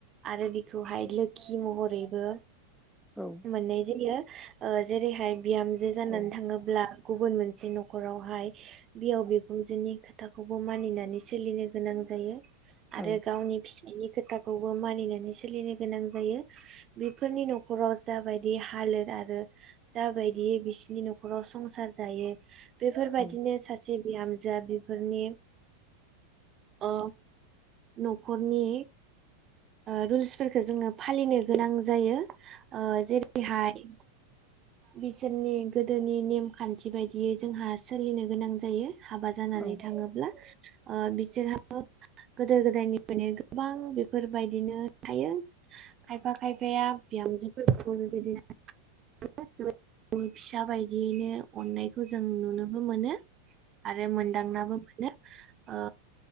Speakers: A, on the right; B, in the centre.
A: आरो बिखौहाय लोखि महरैबो
B: औ
A: मोननाय जायो जेरैहाय बिहामजो जानानै
B: औ
A: थाङोब्ला गुबुन मोनसे न'खरावहाय बिहाव बिखुनजोनि खोथाखौबो मानिनानै सोलिनो गोनां जायो। आरो
B: औ
A: गावनि फिसायनि खोथाखौबो मानिनानै सोलिनो गोनां जायो बेफोरनि न'खराव जाबायदि हालोद आरो जाबायदि बिसिनि न'खराव संसार जायो बेफोरबायदिनो
B: औ
A: सासे बिहामजो बिफोरनि ओ न'खरनि रुल्सफोरखौ जोङो फालिनो गोनां जायो जेरैहाय बिसोरनि गोदोनि नेमखान्थि बायदियै जोंहा सोलिनो गोनां जायो। हाबा जानानै
B: औ
A: थाङोब्ला। बिसोरहाबो गोदो गोदायनिफ्रायनो गोबां बेफोरबायदिनो थायो खायफा खायफाया बिहामजोफोरखौ बेबायदिनो <unintelligible> फिसा बायदियैनो अननायखौ जों नुनोबो मोनो। आरो मोनदांनाबो मोनो। औ